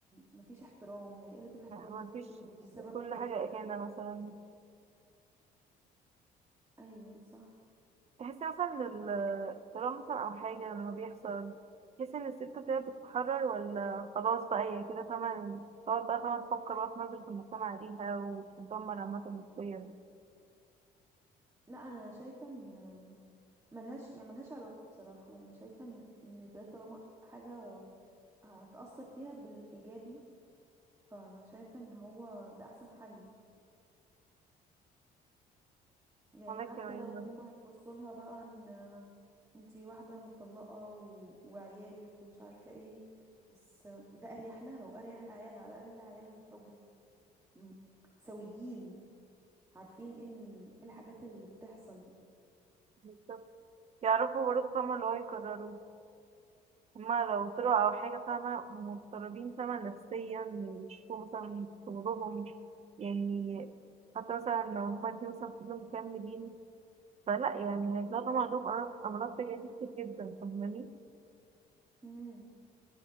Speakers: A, on the right; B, on the right.
A: مفيش احترام يعني قلة الاحترام
B: ما
A: دي برضو
B: فيش
A: دي سبب
B: كل
A: كافي
B: حاجة أكيدة
A: قوي
B: مثلا
A: ايوه صح
B: تحسي مثلا إن ال- الطلاق مثلا أو حاجة لما بيحصل تحسي إن الست كده بتتحرر ولا خلاص بقى هي كده فاهمة تقعد بقى فاهمة تفكر بقى في نظرة المجتمع ليها وتتدمر عامة نفسيا
A: لا انا شايفة ان ملهاش يعني ملهاش علاقة بصراحة انا شايفة ان إن ده طالما حاجة هتأثر فيها بالايجابي فشايفة ان هو ده احسن حل يعني
B: وأنا
A: حتى
B: كمان
A: لو
B: برضه.
A: هما هيبصوا لها بقى ان انتي واحدة متطلقة و... وعيالك ومش عارفة ايه بس ده اريح لها واريح لعيالها على الاقل عيالها هيتربوا في- م- سويين عارفين ايه ال- إيه الحاجات اللي بتحصل
B: بالظبط يعرفوا برضه فاهمة اللي هو يكرروا هما لو طلعوا أو حاجة فاهمة مضطربين فاهمة نفسيا يشوفوا مثلا شغلهم يعني حتى مثلا لو هما الاتنين مثلا فضلوا مكملين فلا يعني هيطلعوا طبعا عندهم أمراض أمراض تجارية كتير جدا فاهماني
A: امم